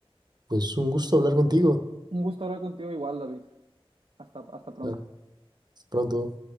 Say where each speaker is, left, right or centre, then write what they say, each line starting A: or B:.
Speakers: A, on the right; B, on the right.
A: Pues un gusto hablar contigo.
B: Un gusto hablar contigo igual, David. Hasta, hasta pronto.
A: Ya, hasta pronto.